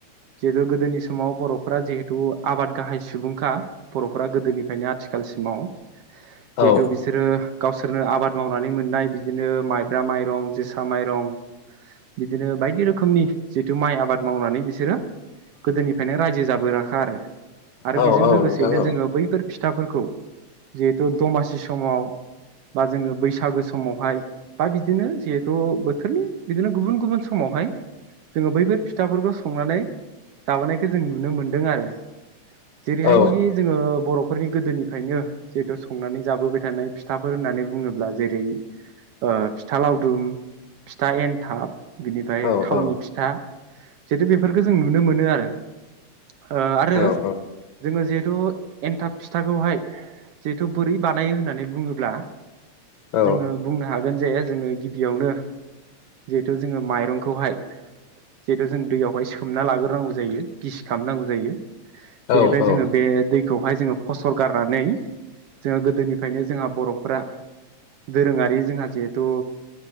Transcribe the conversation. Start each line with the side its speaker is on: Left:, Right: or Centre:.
Right: जिहेतु गोदोनि समाव बर'फोरा जिहेथु आबाद गाहाय सुबुंखा बर'फोरा गोदोनिफ्रायनो आथिखालसिमाव जिहेथु
Left: औ
Right: बिसोरो गावस सोरनो आबाद मावनानै मोननाय बिदिनो माइ ब्रा माइरं जोसा माइरं बिदिनो बायदि रोखोमनि जिथु माइ आबाद मावनानै बिसोरो गोदोनिफ्रायनो रायजो जाबोराखा आरो आरो
Left: औ
Right: बेजों
Left: औ
Right: लोगोसेयैनो
Left: नोंथां
Right: जोङो बैफोर फि फिथाफोरखौ जिहेथु दमासि समाव बा जोङो बैसागो समावहाय बा बिदिनो जिहेथु बोथोरनि बिदिनो गुबुन गुबुन समावहाय जोङो बैफोर फिथाफोरखौ संनानै जाबोनायखौ जों नुनो मोनदों आरो। जेरैहायनोखि
Left: औ
Right: जोङो बर' फोरनि गोदोनिफ्रायनो जिहेथु संनानै जाबोबाय थानाय फिथाफोर होननानै बुङोब्ला जेरै ओ फिथा लावदुम फिथा एन्थाब बिनिफ्राय
Left: औ
Right: थावनि
Left: औ
Right: फिथा जिेतु बेफोरखो जों नुनो मोनो आरो ओ आरो
Left: औ
Right: जोङो जिहेथु एन्थाब फिथाखौहाय जिहेथु बोरै बानायो होननानै बुङोब्ला
Left: औ
Right: जोङो बुंनो हाग बोन जाया जोङो गिबियावनो जिहेथु जोङो माइरंखौहाय जिहेतु जों दैयावहाय सोमना लाग्रोनांगौ जायो गिसि खालामनांगौ जायो। बेनिफ्राय
Left: औ
Right: जोङो
Left: औ
Right: बे दै खौहाय जोङो फसर गारनानै जोङो गोदोनिफायनो जोंहा बर'फ्रा दोरोङारि जोंहा जिहेतु